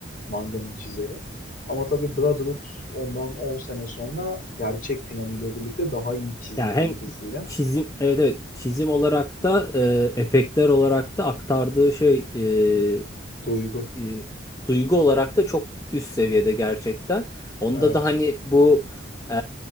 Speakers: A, on the left; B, on the left.
A: Manganın çizeri. Ama tabii Brotherhood ondan 10 sene sonra gerçek finaliyle birlikte daha iyi çizim
B: Yani
A: kalitesiyle.
B: hem çizim, evet evet çizim olarak da eee, efektler olarak da aktardığı şey eee,
A: Duygu.
B: e, duygu olarak da çok üst seviyede gerçekten. Onda
A: Evet.
B: da hani bu e,